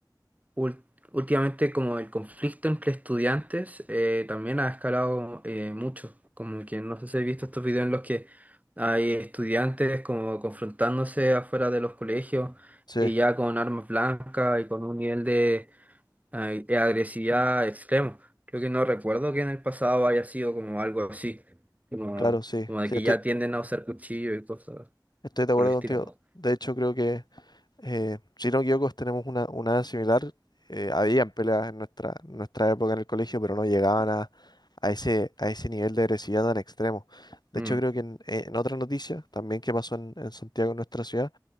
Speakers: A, on the right; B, on the left.
A: Ul- Últimamente como el conflicto entre estudiantes eh, también ha escalado eh, mucho, como que no sé si he visto estos videos en los que hay estudiantes como confrontándose afuera de los colegios
B: Sí,
A: y ya con armas blancas y con un nivel de, eh, de agresividad extremo. Creo que no recuerdo que en el pasado haya sido como algo así, como,
B: claro, sí,
A: como de
B: sí,
A: que
B: estoy,
A: ya tienden a usar cuchillo y cosas
B: Estoy de acuerdo
A: por el estilo.
B: contigo. De hecho, creo que eh, si no me equivoco, tenemos una, una edad similar. Eh, habían peleas en nuestra, nuestra época en el colegio, pero no llegaban a, a ese, a ese nivel de agresividad tan extremo. De
A: Mm,
B: hecho, creo que en, en otra noticia, también que pasó en, en Santiago, en nuestra ciudad,